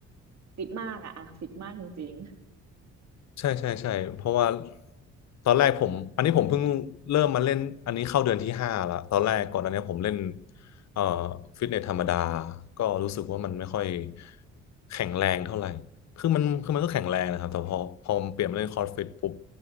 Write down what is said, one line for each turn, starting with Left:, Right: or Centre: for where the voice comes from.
Right: ฟิตมากอ่ะอะฟิตมากจริง
Left: ใช่ใช่ใช่เพราะว่าตอนแรกผมอันนี้ผมเพิ่งเริ่มมาเล่นอันนี้เข้าเดือนที่ห้าละตอนแรกก่อนอันเนี้ยผมเล่นเอ่อฟิตเนสธรรมดาก็รู้สึกว่ามันไม่ค่อยแข็งแรงเท่าไหร่คือมันคือมันก็แข็งแรงนะครับแต่พอพอเปลี่ยนมาเล่นคอร์สฟิตปุ๊บ